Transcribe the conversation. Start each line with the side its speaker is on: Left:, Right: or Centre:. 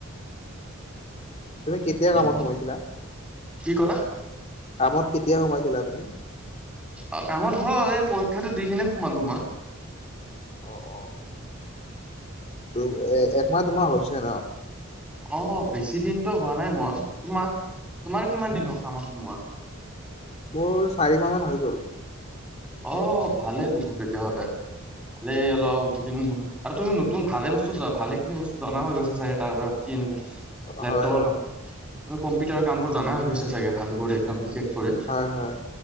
Left: তুমি কেতিয়া
Centre: উম,
Left: কামত সোমাইছিলা?
Centre: কি ক'লা?
Left: কামত কে কেতিয়া সোমাইছিলা তুমি?
Centre: অ'! কামত হ'ল, এই পৰীক্ষাটো দি কিনে, সোমালো মই।
Left: অ অ দু, এ-একমাহ-দুমাহ হৈছে ন'?
Centre: অ'! বেছি দিনতো হোৱা নাই মোৰ। তোমাৰ? তোমাৰ কিমান দিন হ'ল কামত সোমোৱা?
Left: মোৰ চাৰি মাহ মান হৈ গ'ল।
Centre: অ'! ভালেই দেখোন তেতিয়াহ'লে। ভালেই অলপ দুদিনমান। আৰু তুমি নতুন, ভালে বস্তু যোৱা, ভালে খিনি বস্তু জনা হৈ গৈছা চাগে, তাৰ পৰা! কি এনেকুৱা? লেপটপৰ
Left: হয় হয়
Centre: কাম। কম্পিউটাৰ কাম বোৰ জনা হৈ গৈছা চাগে! ভালো কৰি, একদম
Left: হয়
Centre: বিশেষ কৰে।
Left: হয় হয়